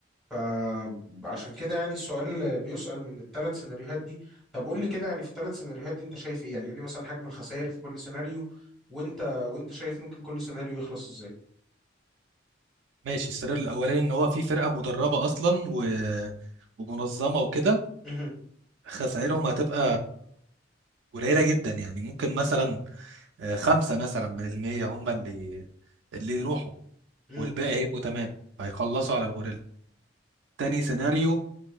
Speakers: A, in the centre; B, on the right.
A: فعشان كده يعني السؤال بيسأل من الثلاث سيناريوهات دي طب قول لي كده يعني في الثلاث سيناريوهات دي أنت شايف إيه يعني قول لي مثلا حجم الخسائر في كل سيناريو وأنت وأنت شايف ممكن كل سيناريو يخلص إزاي
B: ماشي السؤال الاولاني ان هو في فرقة مدربة اصلا و... ومنظمة وكده
A: مهم.
B: خسائرهم هتبقى قليلة جدا يعني ممكن مثلا آه، خمسة مثلا من المية هم اللي اللي يروحوا
A: مهم.
B: والباقي هيبقوا تمام هيخلصوا على الغوريلا تاني سيناريو